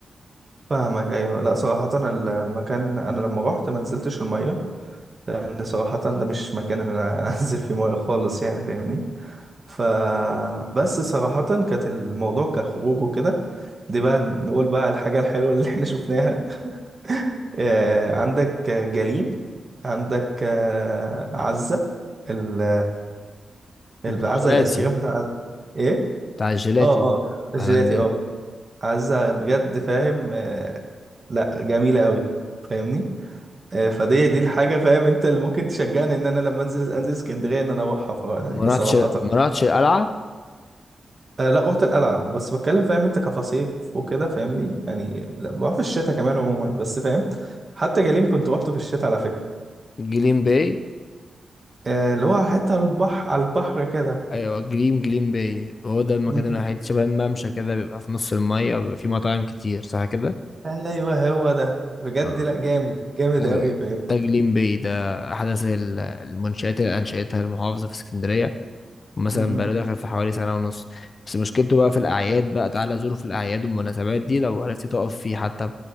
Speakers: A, on the right (about 40°); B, on the left (about 50°).
A: فاهمك ايوه لا صراحه ال- المكان انا لما رحت ما نزلتش الميه لان صراحة ده مش مكان ان انا <laughs> انزل فيه ميه خالص يعني فاهمني ف بس صراحة كانت الموضوع كخروج وكده دي بقى نقول بقى الحاجة الحلوة اللي احنا شفناها <laughs> آه، عندك جليم عندك آه، عزة ال
B: الجيلاتي
A: العزة الايس كريم بتاع عزة ايه
B: بتاع الجيلاتي
A: اه اه الجيلاتي
B: احنا عندنا
A: اه عزة بجد فاهم آه، لا جميلة قوي فاهمني آه، فدي دي الحاجة فاهم انت اللي ممكن تشجعني ان انا لما انزل انزل اسكندرية ان انا اروحها ف- يعني
B: ما رحتش
A: صراحة
B: ما رحتش القلعة
A: آه، لا رحت القلعة بس بتكلم فاهم انت كفصيف وكده فاهمني يعني لا بروح في الشتاء كمان عموما بس فاهم حتى جليم كنت روحته في الشتاء على فكرة
B: جليم باي
A: آه، اللي هو على حتة البحر على البحر كده
B: ايوه جليم جليم باي هو ده المكان
A: م-
B: الوحيد
A: م.
B: شبه الممشى كده بيبقى في نص المية وبيبقى فيه مطاعم كتير صح كده؟
A: ايوه هو ده بجد
B: آه.
A: لا جامد جامد
B: لا
A: قوي فاهم
B: ده جليم باي ده احدث ال- المنشآت اللي انشأتها المحافظة في اسكندرية مثلا
A: م-
B: بقاله
A: م.
B: داخل في حوالي سنة ونص بس مشكلته بقى في الأعياد بقى تعالى زوره في الأعياد والمناسبات دي لو عرفت تقف فيه حتى